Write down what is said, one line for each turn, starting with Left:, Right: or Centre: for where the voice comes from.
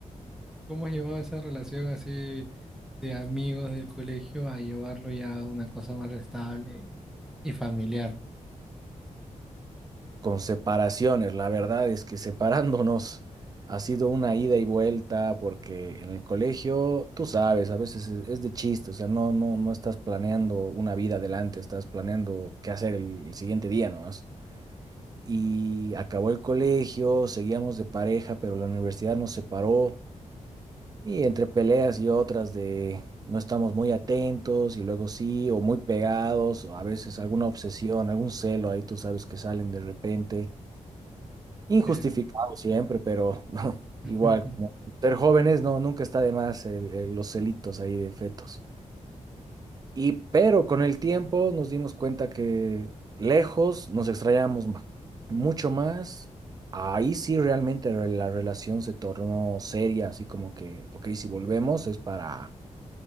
Centre: ¿Cómo has llevado esa relación así de amigos del colegio a llevarlo ya a una cosa más estable y, y familiar?
Right: con separaciones. La verdad es que separándonos ha sido una ida y vuelta porque en el colegio, tú sabes, a veces es, es de chiste, o sea, no, no, no estás planeando una vida adelante, estás planeando qué hacer el, siguiente día nomás. Y acabó el colegio, seguíamos de pareja, pero la universidad nos separó y entre peleas y otras de... No estamos muy atentos y luego sí, o muy pegados, o a veces alguna obsesión, algún celo ahí tú sabes que salen de repente. Injustificado
Centre: Eh,
Right: siempre, pero <laughs> no
Centre: <laughs>
Right: igual, como ser jóvenes, no, nunca está de más el- el- los celitos ahí de fetos. Y pero con el tiempo nos dimos cuenta que lejos nos extrañamos ma- mucho más. Ahí sí realmente re- la relación se tornó seria, así como que, ok, si volvemos es para,